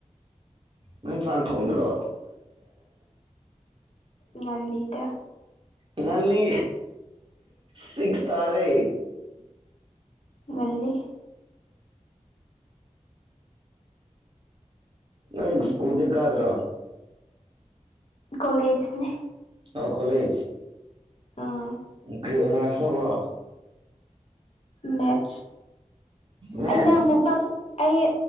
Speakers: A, on the right; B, on the left.
A: ꯅ ꯆꯥꯛ ꯊꯗ꯭ꯔꯣ
B: ꯉꯗ
A: ꯉꯜꯂꯤ ꯁꯤꯒ ꯇꯔꯦ
B: ꯃꯜꯂꯤ
A: ꯅꯪ ꯁꯀꯨꯜꯗ ꯀꯗ꯭ꯔ
B: ꯀꯣꯂꯦꯖꯅꯦ
A: ꯑꯣ ꯀꯣꯂꯦꯖ
B: ꯎꯝ
A: ꯀ꯭ꯔꯤꯅꯥꯔꯁ ꯇꯧꯕ꯭ꯔꯣ
B: ꯃꯦꯠ
A: ꯃꯦꯠꯁ
B: ꯑꯩ ꯅꯪꯕꯨ ꯑꯩ